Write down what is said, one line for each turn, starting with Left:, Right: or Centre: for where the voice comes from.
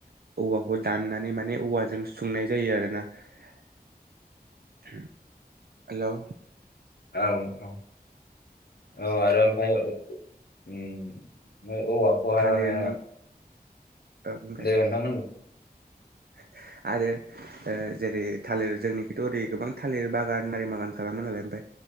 Right: औवाखौ दानना नै माने औवाजों सुंनाय जायो आरोना । हेलौ
Left: औ औ औ आरो ओमफ्राय ओम म औवाखौ'हाय
Right: थालिरनि
Left: माने
Right: ओमफ्राय
Left: दे नोंथां होन ।
Right: <inaudible> आरो ओ जेरै थालिर जोंनिखथ' ओरै गोबां थालिर बागान आरि बागान खालामो नालाय ओ ओमफ्राय